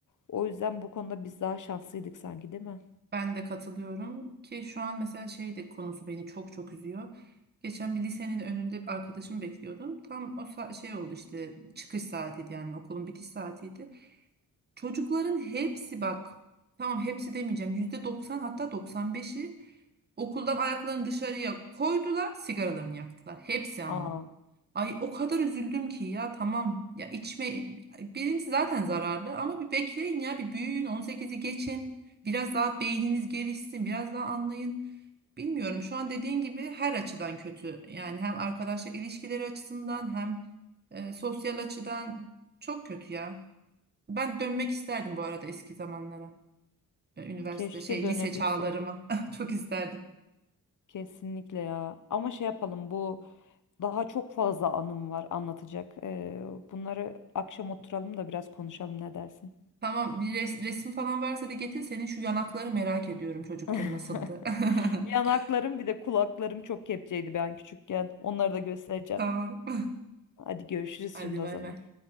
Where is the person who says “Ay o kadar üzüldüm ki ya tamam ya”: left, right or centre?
Right